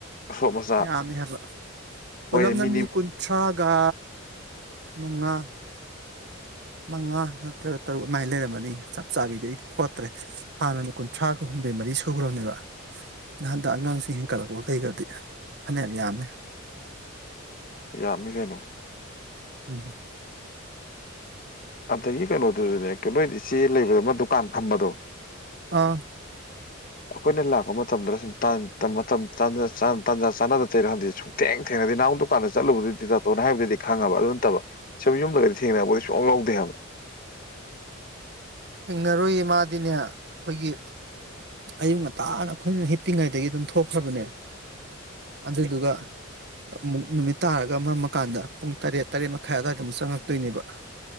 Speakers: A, on the left; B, on the right.
A: ꯑꯁꯣꯛ ꯃꯆꯥ
B: ꯌꯥꯝꯃꯦ ꯍꯥꯏꯕ ꯄꯨꯂꯝꯞꯅ
A: ꯍꯣꯏꯅꯦ ꯃꯤꯅꯤ
B: ꯃꯤ ꯀꯨꯟꯊ꯭ꯔꯥꯒ ꯃꯉꯥ ꯃꯉꯥ ꯅꯠꯇ꯭ꯔꯒ ꯇꯔꯨꯛ ꯑꯗꯨꯃꯥꯏꯅ ꯂꯩꯔꯝꯃꯅꯤ ꯆꯞ ꯆꯥꯕꯤꯗ ꯍꯣ ꯭ꯔꯦ ꯍꯥꯟꯅꯅ ꯀꯨꯟꯊ꯭ꯔꯥꯒ ꯍꯨꯝꯗꯣꯏ ꯃꯔꯤ ꯁꯨꯈ꯭ꯔꯕꯅꯦꯕ ꯅꯍꯥꯟꯗ ꯑꯉꯥꯡꯁꯤꯡ ꯍꯦꯟꯀꯠꯂꯛꯄ ꯀꯩꯒꯗꯤ ꯐꯅꯦꯛꯌꯥꯝ ꯌꯥꯝꯃꯦ
A: ꯌꯥꯃꯤ ꯀꯩꯅꯣ
B: ꯎꯝ
A: ꯑꯗꯒꯤ ꯀꯩꯅꯣꯗꯨꯁꯨꯅꯦ ꯅꯣꯏ ꯏꯆꯦ ꯂꯩꯕꯗꯨꯃ ꯗꯨꯀꯥꯟ ꯐꯝꯕꯗꯣ
B: ꯑꯥ
A: ꯑꯩꯈꯣꯏꯅ ꯂꯥꯛꯄ ꯃꯇꯝꯗ ꯁꯨꯝ ꯇꯥꯟꯖꯥ ꯆꯥꯅꯗ ꯇꯩꯔ ꯈꯥꯟꯗꯤ ꯁꯨꯝ ꯊꯦꯡ ꯊꯦꯡꯅꯗꯤ ꯅꯍꯥꯟ ꯗꯨꯀꯥꯟꯗ ꯆꯠꯂꯨꯕꯗꯨꯗꯤ ꯇꯥꯇꯣꯅ ꯍꯥꯏꯕꯗꯤ ꯈꯪꯉꯕ ꯑꯗꯨ ꯅꯠꯇꯕ ꯁꯨꯝ ꯌꯨꯝꯗꯒꯗꯤ ꯊꯦꯡꯅꯕꯨꯗꯤ ꯁꯨꯡ ꯌꯥ ꯂꯧꯗꯦ ꯍꯥꯏꯕ
B: ꯊꯦꯡꯅꯔꯣꯏꯌꯦ ꯃꯥꯗꯤꯅꯦ ꯑꯩꯈꯣꯏꯒꯤ ꯑꯌꯨꯛ ꯉꯟꯇꯥꯅ ꯑꯩꯈꯣꯏꯅ ꯍꯤꯞꯄꯤꯉꯩꯗꯒꯤ ꯑꯗꯨꯝ ꯊꯣꯛꯈ꯭ꯔꯕꯅꯦ ꯑꯗꯨꯏꯗꯨꯒ ꯑꯃꯨꯛ ꯅꯨꯃꯤꯠ ꯇꯥꯔꯒ ꯃꯝꯃꯀꯥꯟꯗ ꯄꯨꯡ ꯇꯔꯦꯠ ꯇꯔꯦꯠ ꯃꯈꯥꯏ ꯑꯗꯨꯋꯥꯏꯗ ꯑꯃꯨꯛ ꯆꯪꯉꯛꯇꯣꯏꯅꯦꯕ